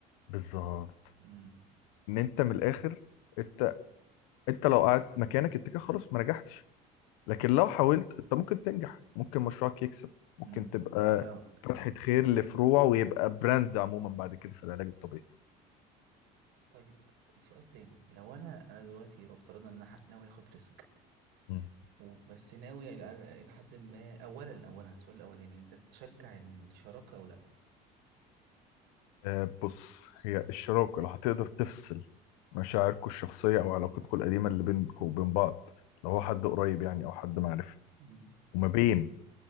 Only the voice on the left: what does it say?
بالظبط
ان انت من الاخر انت انت لو قعدت مكانك انت كده خلاص ما نجحتش لكن لو حاولت انت ممكن تنجح ممكن مشروعك يكسب ممكن
تبقى
فتحة خير لفروع ويبقى براند عموما بعد كده في العلاج الطبيعي
مم.
آه، بص هي الشراكة لو هتقدر تفصل مشاعركم الشخصية أو علاقتكم القديمة اللي بينكم وبين بعض لو هو حد قريب يعني أو حد معرفة
وما بين